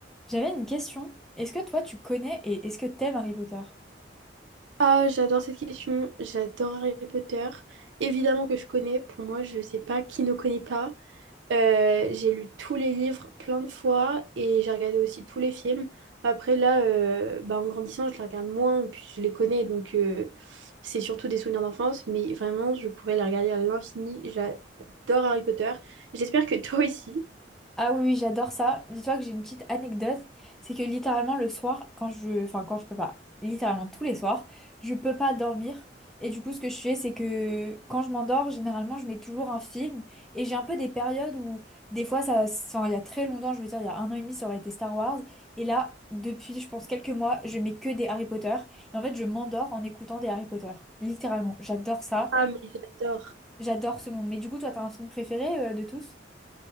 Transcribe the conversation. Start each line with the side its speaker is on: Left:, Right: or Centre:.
Centre: J'avais une question. Est-ce que toi tu connais et est-ce que t'aimes Harry Potter?
Right: Ah, j'adore cette question. J'adore Harry Potter. Évidemment que je connais. Pour moi, je sais pas qui ne connaît pas. Euh, j'ai lu tous les livres plein de fois et j'ai regardé aussi tous les films. Après, là, euh, bah, en grandissant, je les regarde moins et puis je les connais. Donc, euh, c'est surtout des souvenirs d'enfance. Mais vraiment, je pourrais les regarder à l'infini. J'adore Harry Potter. J'espère que <laughs> toi aussi.
Centre: Ah oui, oui, j'adore ça. Dis-toi que j'ai une petite anecdote, c'est que littéralement le soir, quand je, enfin quand je peux pas, littéralement tous les soirs, je peux pas dormir. Et du coup, ce que je fais, c'est que quand je m'endors, généralement, je mets toujours un film. Et j'ai un peu des périodes où, des fois, ça, enfin, il y a très longtemps, je veux dire, il y a un an et demi, ça aurait été Star Wars. Et là, depuis, je pense, quelques mois, je mets que des Harry Potter. Et en fait, je m'endors en écoutant des Harry Potter. Littéralement, j'adore ça.
Right: Ah, mais j'adore.
Centre: J'adore ce monde. Mais du coup, toi, t'as un film préféré euh, de tous?